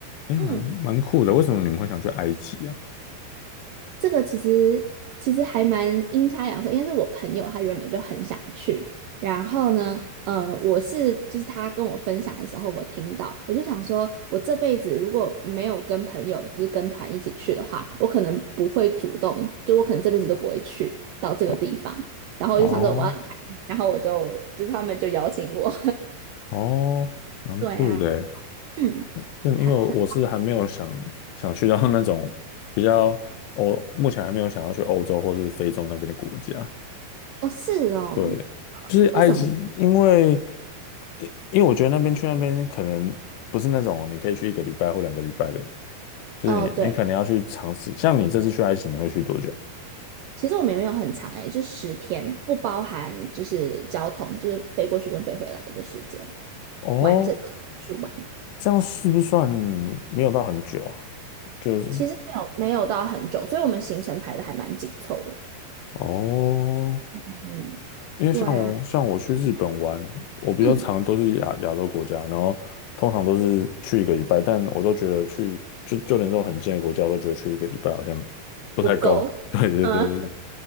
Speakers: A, on the left; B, on the right.
A: 哎，蛮蛮酷的。
B: 嗯。
A: 为什么你们会想去埃及啊？
B: 这个其实其实还蛮阴差阳错，应该是我朋友他原本就很想去，然后呢，呃，我是就是他跟我分享的时候，我听到，我就想说，我这辈子如果没有跟朋友就是跟团一起去的话，我可能不会主动，就我可能这辈子都不会去到这个地方，
A: 哦
B: 然后我就想说我要来
A: 哦
B: 然后我就就是他们就邀请我，
A: 哦，
B: <laughs>
A: 蛮酷的诶。
B: 对啊，嗯，
A: 但因为我是还没有想想去到那种比较欧，
B: 还
A: 目前还没有想要去欧洲或是非洲那边的国家，
B: 哦是哦，
A: 对，就是埃及，
B: 为什么？
A: 因为因为我觉得那边去那边可能不是那种你可以去一个礼拜或两个礼拜的，就是你你可能要去尝试。
B: 哦对。
A: 像你这次去埃及，你会去多久？
B: 其实我们也没有很长诶、欸是十天，不包含就是交通，就是飞过去跟飞回来的时间，
A: 哦，
B: 完整去玩。
A: 这样是不是算没有到很久啊？就是
B: 其实没有没有到很久，所以我们行程排的还蛮紧凑的。
A: 哦，
B: 嗯，
A: 因为像我像我去日本玩，
B: 对啊，
A: 我比较常都是亚亚洲国家，
B: 嗯，
A: 然后通常都是去一个礼拜，但我都觉得去就就连这种很近的国家，我都觉得去一个礼拜好像不太够。
B: 不够，
A: <laughs> 对对对对对。
B: 嗯，